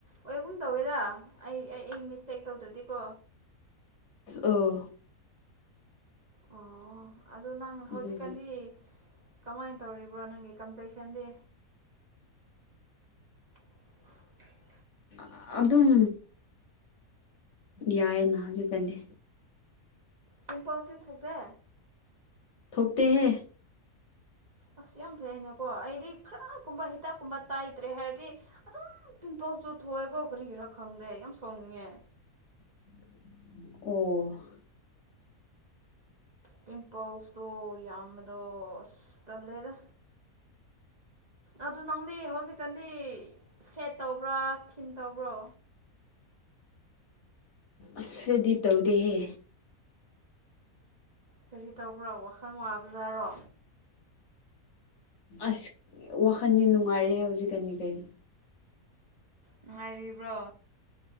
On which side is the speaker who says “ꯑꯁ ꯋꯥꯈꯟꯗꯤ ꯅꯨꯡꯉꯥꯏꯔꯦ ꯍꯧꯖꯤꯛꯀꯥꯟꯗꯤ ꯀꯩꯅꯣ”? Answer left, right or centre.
Left